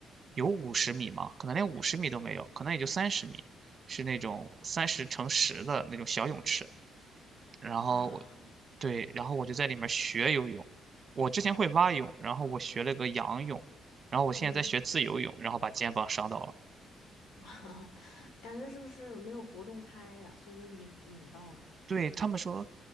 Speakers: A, on the right; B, on the left.
A: 有五十米吗？
B: 嗯
A: 可能连五十米都没有，可能也就三十米，是那种三十乘十的那种小泳池。然后我，
B: 啊，
A: 对，然后我就在里面学游泳。我之前会蛙泳，然后我学了个仰泳，然后我现在在学自由泳，
B: 嗯。
A: 然后把肩膀伤到了。
B: <laughs> 感觉是不是没有活动开呀？所以就拧拧到了。
A: 对，他们说，